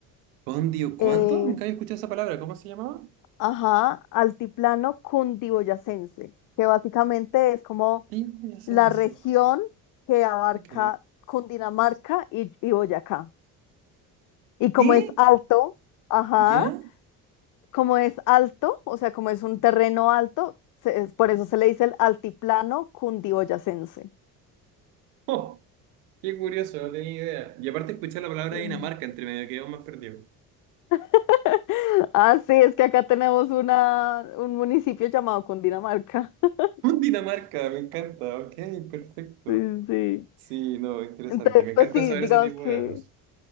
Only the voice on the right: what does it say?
Condio, ¿cuánto?
Nunca había escuchado esa palabra. ¿Cómo se llamaba?
Cundiboyacense.
Ok.
¿Qué?
¿Ya? <laughs>
Oh, qué curioso, no tenía idea. Y aparte escuché la palabra
Dinamarca entre medio, quedó más perdido.
<laughs> Dinamarca, me encanta. Ok, perfecto.
Sí, no, interesante.
Me encanta
saber
ese tipo
de datos.